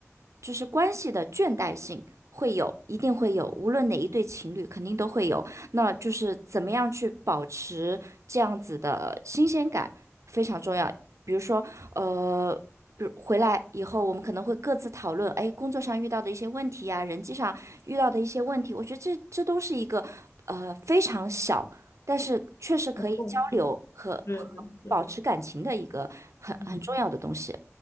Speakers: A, on the right; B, on the left.
A: 就是关系的倦怠性会有，一定会有，无论哪一对情侣肯定都会有。那就是怎么样去保持这样子的新鲜感非常重要。比如说，呃。比如回来以后，我们可能会各自讨论，哎，工作上遇到的一些问题呀、人际上遇到的一些问题，我觉得这这都是一个，呃，非常小。但是确实可以交流和和保持感情的一个很很重要的东西。
B: 很重要对对对，嗯。